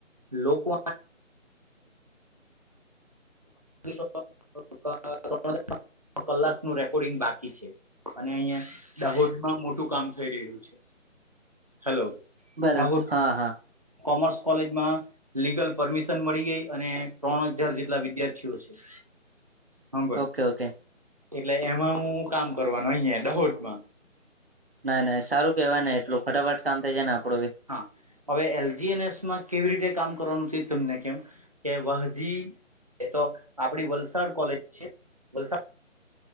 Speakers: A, on the right (about 30°); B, on the right (about 45°).
A: લોકો છે <unintelligible> <unintelligible> કલાકનું રેકોર્ડિંગ બાકી છે. અને અહિયાં દાહોદમાં મોટું કામ થઈ રહ્યું છે હેલો.
B: બરાબર
A: દાહોદ
B: હા હા.
A: કોમર્સ કોલેજમાં લીગલ પરમિશન મળી ગઈ અને ત્રણ હજાર જેટલા વિદ્યાર્થીઓ છે.
B: <inaudible>
A: હાભળ
B: ઓકે
A: એટલે એમાં હું કામ કરવાનું અહીંયા દહોદમાં
B: નાઈ નાઈ સારું કેહેવાય ને એટલું ફટાફટ કામ થઈ જાય ને આપડું બી
A: હા હવે એલ જી એન એસ માં કેવી રીતે કામ કરવાનું તમને કેમ. કે વાહજી તો આપડી વલસાડ કોલેજ છે. વલસાડમાં